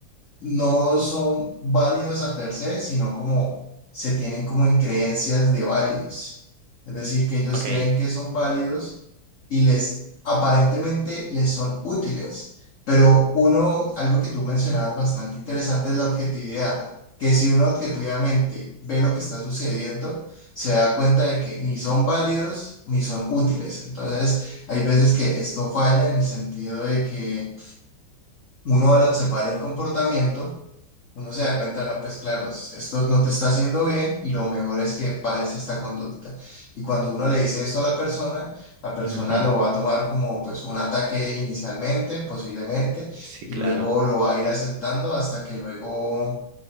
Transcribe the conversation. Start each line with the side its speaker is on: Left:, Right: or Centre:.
Left: no son válidos a per se, sino como se tienen como en creencias de válidos. Es decir, que ellos
Right: ok.
Left: creen que son válidos y les aparentemente les son útiles. Pero uno, algo que tú mencionabas bastante interesante es la objetividad, que si uno objetivamente ve lo que está sucediendo, se da cuenta de que ni son válidos ni son útiles. Entonces, hay veces que esto falla en el sentido de que uno al observar el comportamiento, uno se da cuenta, no, pues claro, es- esto no te está haciendo bien y lo mejor es que pares esta conducta. Y cuando uno le dice esto a la persona, la persona
Right: Ujú,
Left: lo va a tomar como pues un ataque inicialmente, posiblemente,
Right: Sí,
Left: y
Right: claro.
Left: luego lo va a ir aceptando hasta que luego